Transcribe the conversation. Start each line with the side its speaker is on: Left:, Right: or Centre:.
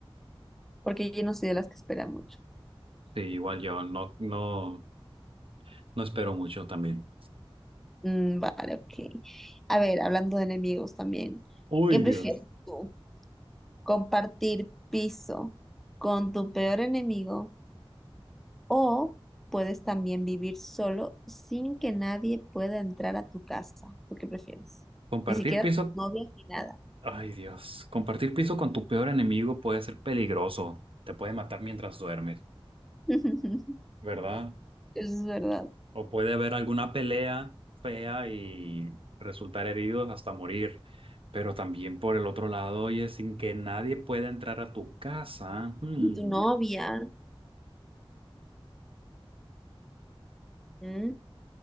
Centre: porque yo no soy de las que espera mucho.
Right: Sí, igual yo no, no, no espero mucho también.
Centre: Mm, vale, ok. A ver, hablando de enemigos también,
Right: Uy,
Centre: ¿qué prefieres
Right: Dios.
Centre: tú? ¿Compartir piso con tu peor enemigo o puedes también vivir solo sin que nadie pueda entrar a tu casa? ¿Tú qué prefieres?
Right: Compartir
Centre: Ni siquiera
Right: piso,
Centre: tus novias ni nada.
Right: ay Dios, compartir piso con tu peor enemigo puede ser peligroso. Te puede matar mientras duermes,
Centre: <laughs> Eso
Right: ¿verdad?
Centre: es verdad.
Right: O puede haber alguna pelea fea y resultar heridos hasta morir. Pero también por el otro lado, oye, sin que nadie pueda entrar a tu casa, hmm,
Centre: Y tu novia, ¿m?